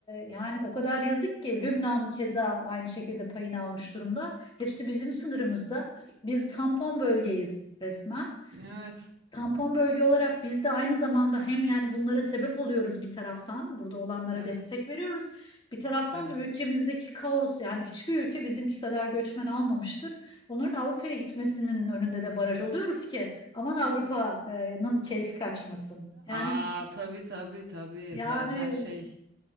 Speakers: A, on the left; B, on the right.
A: yani o kadar yazık ki Lübnan keza aynı şekilde payını almış durumda. Hepsi bizim sınırımızda. Biz tampon bölgeyiz resmen.
B: Evet.
A: Tampon bölge olarak biz de aynı zamanda hem yani bunlara sebep oluyoruz bir taraftan, burada olanlara
B: Evet.
A: destek veriyoruz. Bir taraftan
B: Evet.
A: da ülkemizdeki kaos yani hiçbir ülke bizimki kadar göçmen almamıştır. Onların Avrupa'ya gitmesinin önünde de baraj oluyoruz ki aman Avrupa'nın keyfi kaçmasın. Yani
B: Aa tabii tabii tabii.
A: yani
B: Zaten şey